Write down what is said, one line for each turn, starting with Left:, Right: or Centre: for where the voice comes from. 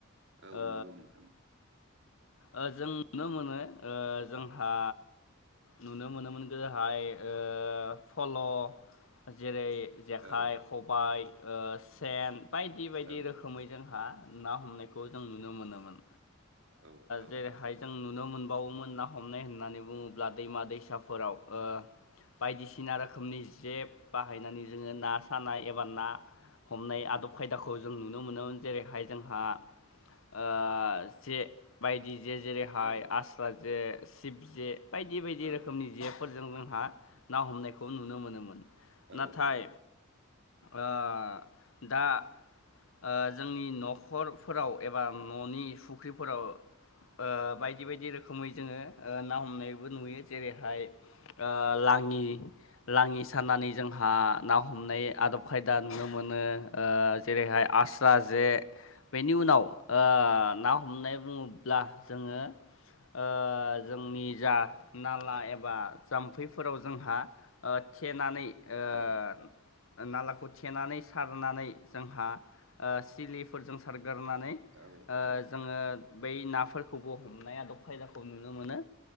Right: औ
Left: ओ
Right: नंगौ नोंथां
Left: ओ जों नुनो मोनो ओ जोंहा नुनो मोनोमोन गोदोहाय ओ फल' जेरै जेखाइ
Right: औ
Left: खबाइ ओ सेन बायदि बायदि
Right: औ
Left: रोखोमै जोंहा ना हमनायखौ जों नुनो मोनोमोन
Right: औ औ
Left: जेरैहाय जों नुनो मोनबावोमोन ना हमनाय होननानै बुङोब्ला दैमा दैसाफोराव ओ बायदिसिना रोखोमनि जे बाहायनानै जोङो ना सानाय एबा ना हमनाय आदब खायदाखौ जों नुनो मोनोमोन जेरैहाय जोंहा ओ जे बायदि जे जेरैहाय
Right: औ
Left: आस्रा जे सिशब जे बायदि बायदि
Right: औ
Left: रोखोमनि जे फोरजों जोंहा ना हमनायखौ नुनो मोनोमोन
Right: औ
Left: नाथाय
Right: औ
Left: ओ दा ओ जोंनि न'खरफोराव एबा न'नि फुख्रिफोराव ओ बायदि बायदि रोखोमै जोङो ना हमनायबो नुयो जेरैहाय ओ लाङि लाङि सानानै जोंहा ना हमनाय आदब खायदा नुनो मोनो। ओ जेरैहाय आस्रा जे बेनि उनाव ओ ना हमनाय बुङोब्ला जोङो ओ जोंनि जा नाला एबा जाम्फैफोराव जोंहा ओ थेनानै ओ
Right: औ
Left: नालाखौ थेनानै सारनानै जोंहा ओ सिलिफोरजों सार गोरनानै ओ
Right: औ औ
Left: जोङो बै नाफोरखौबो हमनाय आदब खायदाखौ नुनो मोनो।